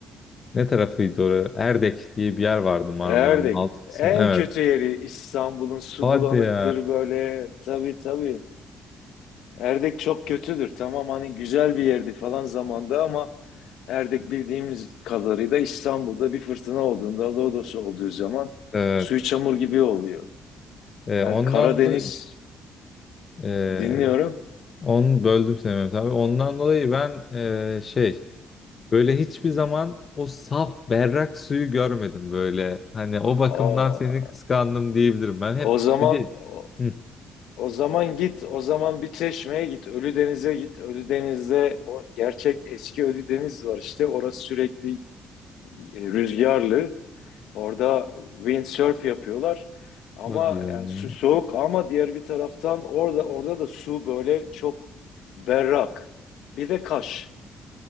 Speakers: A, on the left; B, on the left.
A: ne tarafıydı orası? Erdek diye bir yer vardı Marmara'nın
B: Erdek.
A: alt kısmı.
B: En
A: Evet.
B: kötü yeri İstanbul'un su
A: Hadi
B: bulanıktır
A: ya.
B: böyle. Tabii tabii. Erdek çok kötüdür. Tamam hani güzel bir yerdi falan zamanda ama Erdek bildiğimiz kadarıyla İstanbul'da bir fırtına olduğunda, lodos olduğu zaman
A: Evet.
B: suyu çamur gibi oluyor.
A: Eee,
B: Yani
A: ondan
B: Karadeniz
A: da eee
B: dinliyorum.
A: onu böldüm seni Mehmet abi. Ondan dolayı ben eee, şey Böyle hiçbir zaman o saf berrak suyu görmedim böyle. Hani o
B: O,
A: bakımdan seni kıskandım diyebilirim. Ben hep
B: o zaman
A: bir de
B: o,
A: Hı,
B: o zaman git, o zaman bir Çeşme'ye git, Ölüdeniz'e git. Ölüdeniz'de o gerçek eski Ölüdeniz var işte. Orası sürekli e, rüzgarlı. Orada windsurf yapıyorlar. Ama
A: o diyor.
B: yani
A: ya.
B: su soğuk ama diğer bir taraftan orada orada da su böyle çok berrak. Bir de Kaş.